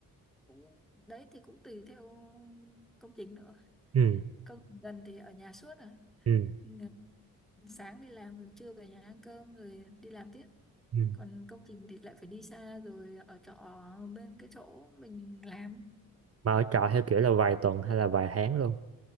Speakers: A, in the centre; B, on the right (about 40°).
A: cũng đấy thì cũng tùy theo công trình nữa
B: Ừ,
A: công trình gần thì ở nhà suốt à
B: ừ,
A: Ờ, sáng đi làm rồi trưa về nhà ăn cơm rồi đi làm tiếp
B: ừ.
A: còn công trình thì lại phải đi xa rồi ở trọ bên cái chỗ mình làm
B: Mà ở trọ theo kiểu là vài tuần hay là vài tháng luôn.